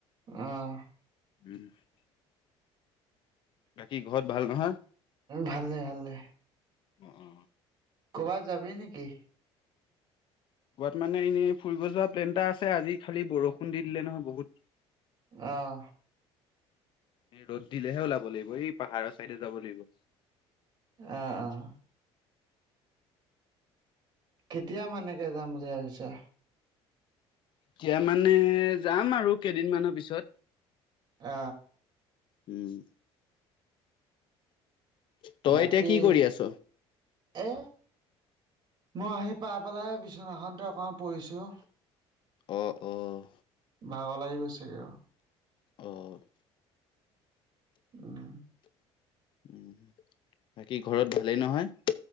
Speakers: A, on the right; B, on the left.
A: আহ
B: <inaudible> বাকী ঘৰত ভাল নহয়?
A: ভালে ভালে
B: অ অ।
A: ক'ৰবাত যাবি নেকি?
B: ক'ৰবাত মানে এনেই ফুৰিব যোৱা প্লেন এটা আছে আজি খালি বৰষুণ দি দিলে নহয় বহুত
A: অহ
B: উ ৰ'দ দিলেহে ওলাব লাগিব এই পাহাৰৰ চাইডে যাব লাগিব
A: অ অ কেতিয়া মানেকে যাম বুলি ভাবিছা
B: এতিয়া মানে যাম আৰু কেইদিনমানৰ পিছত
A: অ
B: উম তই
A: বাকী
B: এতিয়া কি কৰি আছ?
A: এ মই আহি পাই পেলাই বিচনাখনতে অকণমান পৰিছোঁ
B: অ', অ',
A: ভাগৰ লাগি গৈছেগে অ
B: আহ
A: উমম
B: উ বাকী ঘৰত ভালেই নহয়